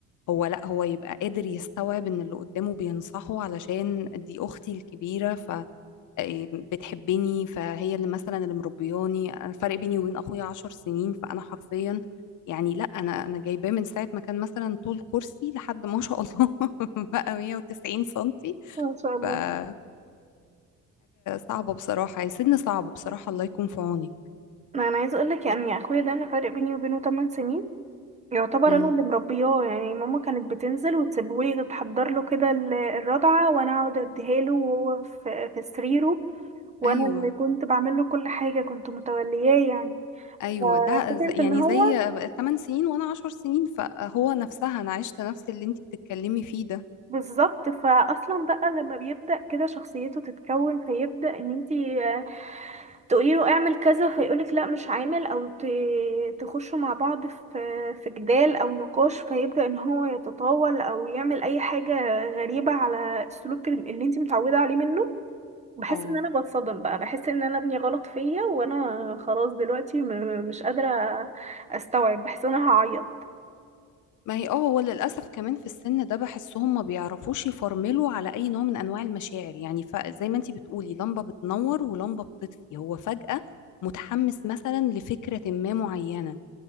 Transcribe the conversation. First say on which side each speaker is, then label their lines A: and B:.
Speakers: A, on the left; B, on the right.
A: هو لأ هو يبقى قادر يستوعب إن اللي قدامه بينصحه علشان دي أختي الكبيرة إيه، بتحبني فهي اللي مثلا اللي مربياني انا الفرق بيني وبين اخويا عشر سنين فانا حرفيا يعني لا انا انا جايباه من ساعه ما كان مثلا طول كرسي لحد ما شاء الله <laughs> بقى 190 سنتي
B: ما شاء الله
A: فحاجه صعبه بصراحه يا سن صعب بصراحه الله يكون في عونك
B: ما انا عايزه اقول لك يعني اخويا ده انا فرق بيني وبينه 8 سنين يعتبر انا
A: امم
B: اللي مربياه يعني ماما كانت بتنزل وتسيبهولي تحضر له كده ال- الرضعه وانا اقعد اديها له وهو في في سريره وانا
A: ايوه
B: اللي كنت بعمل له كل حاجه كنت متولياه يعني
A: ايوه
B: ففكره
A: ده ز- يعني
B: ان هو
A: زي 8 سنين وانا 10 سنين فهو نفسها انا عشت نفس اللي انت بتتكلمي فيه ده
B: بالظبط فاصلا بقى لما بيبدا كده شخصيته تتكون فيبدا ان انتي تقولي له اعمل كذا فيقولك لا مش عامل او ت- تخشوا مع بعض في في جدال او نقاش فيبدأ ان هو يتطاول او يعمل اي حاجة غريبة على السلوك اللي انت متعودة عليه منه بحس
A: اه
B: ان انا بتصدم بقى بحس ان انا ابني غلط فيا وانا خلاص دلوقتي م- مش قادرة استوعب بحس ان انا هعيط
A: ما هي اه هو للأسف كمان في السن ده بحسهم ما بيعرفوش يفرملوا على أي نوع من أنواع المشاعر يعني فزي ما انتي بتقولي لمبة بتنور ولمبة بتطفي هو فجأة متحمس مثلا لفكرة ما معينة